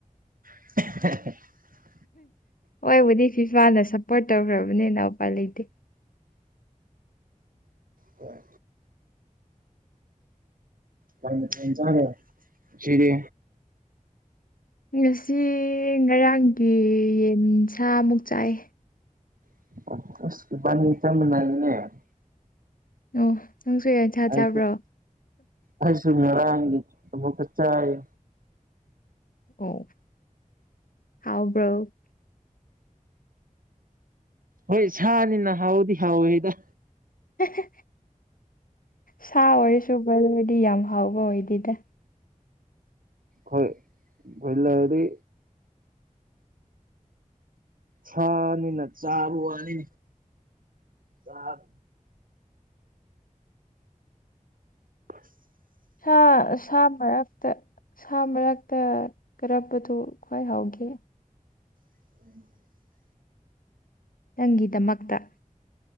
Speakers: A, on the right; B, on the left.
A: <unintelligible>
B: ꯍꯣꯏꯕꯨꯗꯤ ꯐꯤꯐꯥꯅ ꯁꯞꯄꯣꯔꯠ ꯇꯧꯈ꯭ꯔꯕꯅꯤꯅ ꯎꯄꯥꯢ ꯂꯩꯇꯦ
A: ꯍꯣꯏ ꯀꯩ ꯃꯊꯦꯟ ꯆꯥꯅꯤ ꯁꯤꯗꯤ
B: ꯉꯁꯤ ꯉꯔꯥꯡꯒꯤ ꯌꯦꯟꯁꯃꯨꯛ ꯆꯥꯏ
A: <unintelligible>
B: ꯑꯣ ꯅꯪꯁꯨ ꯌꯦꯁꯥ
A: ꯑꯩꯁꯨ
B: ꯆꯥꯕ꯭ꯔꯣ
A: ꯑꯩꯁꯨ ꯉꯔꯥꯡꯒꯤ ꯑꯃꯨꯛꯀꯥ ꯆꯥꯢꯌꯦ
B: ꯑꯣ ꯍꯥꯎꯕ꯭ꯔꯣ
A: ꯍꯣꯏ ꯁꯥꯅꯤꯅ ꯍꯥꯎꯗꯤ ꯍꯥꯎꯋꯦꯗ
B: ꯍꯦ ꯍꯦ ꯁꯥ ꯑꯣꯏꯔꯁꯨ ꯕꯣꯢꯂꯔꯗꯤ ꯌꯥꯝ ꯍꯥꯎꯕ ꯑꯣꯏꯗꯦꯗ
A: ꯍꯣꯢ ꯕꯣꯢꯂꯔꯗꯤ ꯁꯥꯅꯤꯅ ꯆꯥꯕ ꯋꯥꯅꯤ ꯆꯥꯛ <inaudible>
B: ꯁꯥ ꯁꯥ ꯃꯔꯛ ꯇ ꯁꯥ ꯃꯔꯛꯇ ꯀꯔꯝꯕꯗꯨ ꯈ꯭ꯋꯥꯏ ꯍꯥꯎꯒꯦ
A: <unintelligible>
B: ꯅꯪꯒꯤ ꯗꯃꯛꯇ